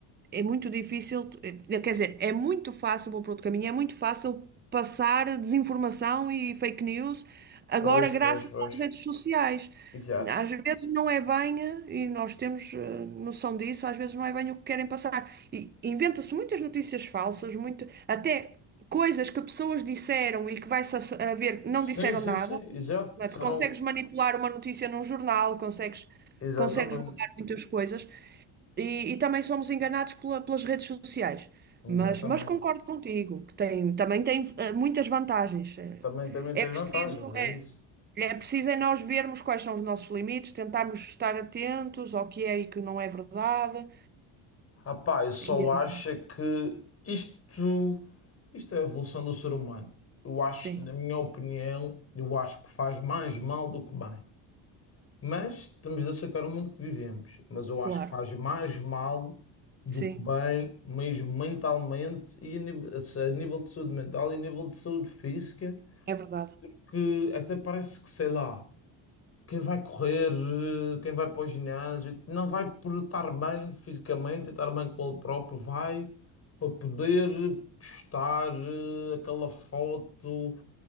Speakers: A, on the right; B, on the left.
A: é muito difícil, tu- eh, quer dizer, é muito fácil, vou para outro caminho, é muito fácil passar desinformação e fake news agora
B: Pois,
A: graças
B: pois, pois.
A: às redes sociais.
B: Exato.
A: Às vezes não é bem, eh, e nós temos eh, noção disso, às vezes não é bem o que querem passar. E inventa-se muitas notícias falsas, muito, até coisas que pessoas disseram e que vai-se a a ver, não
B: Sim,
A: disseram
B: sim,
A: nada.
B: sim, exato.
A: Não
B: Disseram,
A: é? Tu consegues manipular uma notícia num jornal, consegues,
B: exatamente,
A: consegues mudar muitas coisas e, e também somos enganados pela- pelas redes sociais.
B: exatamente.
A: Mas, mas concordo contigo, que tem, também tem eh, muitas vantagens. Eh,
B: Também, também
A: É
B: tens
A: preciso,
B: vantagens, é
A: é,
B: isso.
A: é preciso é nós vermos quais são os nossos limites, tentarmos estar atentos ao que é e que não é verdade.
B: Rapaz, eu só
A: E, eh,
B: acho é que isto, isto é a evolução do ser humano. Eu acho,
A: sim,
B: na minha opinião, eu acho que faz mais mal do que bem. Mas temos de aceitar o mundo que vivemos. Mas eu
A: claro,
B: acho que faz mais mal do
A: sim,
B: que bem, mesmo mentalmente e a nível, a nível de saúde mental e a nível de saúde física,
A: é verdade.
B: que até parece que, sei lá. Quem vai correr, eh, quem vai para o ginásio, não vai por estar bem fisicamente, estar bem com ele próprio, vai para poder postar eh, aquela foto